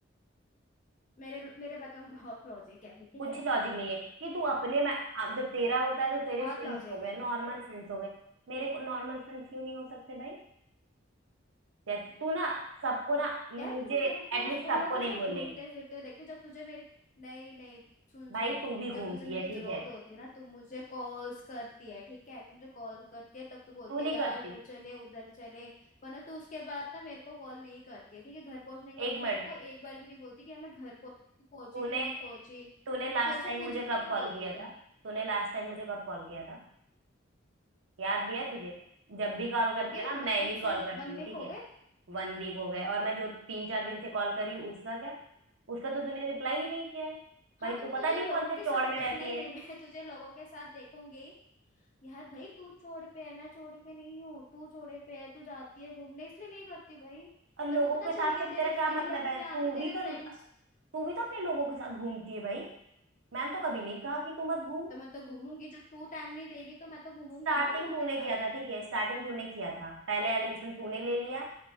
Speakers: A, on the left; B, on the right.
A: मेरे मेरे बातों में बहुत लॉजिक है अभी ठीक
B: कुछ
A: है
B: लॉजिक नहीं है ये तू अपने में अब जब तेरा होता है तो तेरे
A: बहुत
B: फ्रेंड्स
A: लॉजिक
B: हो गए
A: है
B: नॉर्मल फ्रेंड्स हो गए मेरे को नॉर्मल फ्रेंड्स क्यों नहीं हो सकते भाई जैसे तू ना सबको ना मुझे
A: यार मैं तेरे
B: एटलीस्ट
A: को उस- उन
B: सबको
A: लोगों के
B: नहीं
A: साथ
B: बोल
A: घूमते
B: रही
A: फिरते हुए देखती हूँ जब तुझे मेरी नहीं नहीं सुन
B: भाई
A: सुन
B: तू भी घूमती
A: जब तुझे मेरी
B: है
A: जरूरत
B: ठीक है
A: होती है ना तू मुझे कॉल्स करती है ठीक है तू मुझे कॉल करती है तब तू बोलती
B: तू नहीं
A: है यार
B: करती
A: इधर चले उधर चले वरना तू उसके बाद ना मेरे को कॉल नहीं करती है ठीक है घर पहुंचने के बाद
B: एक
A: तू मेरे
B: मिनट
A: को एक बार भी नहीं बोलती कि यार मैं घर पहुंची तू पहुंची
B: तूने
A: कि नहीं पहुंची
B: तूने लास्ट
A: तू ऐसा
B: टाइम
A: कुछ
B: मुझे
A: भी
B: कब
A: नहीं
B: कॉल
A: बोलती
B: किया
A: है
B: था तूने लास्ट टाइम मुझे कब कॉल किया था याद भी है तुझे जब भी कॉल करती
A: हो गए
B: है ना
A: वन
B: मैं
A: वीक
B: ही
A: से
B: कॉल करती
A: वन
B: हूँ
A: वीक
B: ठीक
A: हो
B: है
A: गए
B: वन वीक हो गए और मैं जो तीन चार दिन से कॉल कर रही हूँ उसका क्या उसका तो तूने रिप्लाई ही नहीं किया है भाई
A: हाँ तो
B: तू
A: मैं तुझे
B: पता नहीं
A: लोगों
B: कौन से
A: के
B: चौड़
A: साथ
B: में
A: <laughs>
B: रहती
A: नहीं नहीं
B: है
A: मैं तुझे लोगों के साथ देखूंगी यार भाई तू चौड़ पे है मैं चौड़े पे नहीं हूँ तू चौड़े पे है तू जाती है घूमने इसलिए नहीं करती भाई
B: और लोगों
A: मेरे को पता
B: के
A: चल
B: साथ
A: गया
B: से तेरा
A: तेरे
B: क्या
A: तेरी
B: मतलब
A: लाइफ
B: है
A: में आ
B: तू
A: गए तेरे
B: भी तो
A: फ्रेंड्स
B: तू भी तो अपने लोगों के साथ घूमती है भाई मैंने तो कभी नहीं कहा कि तू मत घूम
A: तो मैं तो घूमूंगी जब तू टाइम नहीं देगी तो मैं तो घूमूंगी
B: स्टार्टिंग
A: ना उन लोगों
B: तूने
A: के साथ
B: किया था ठीक है स्टार्टिंग तूने किया था पहले एडमिशन तूने ले लिया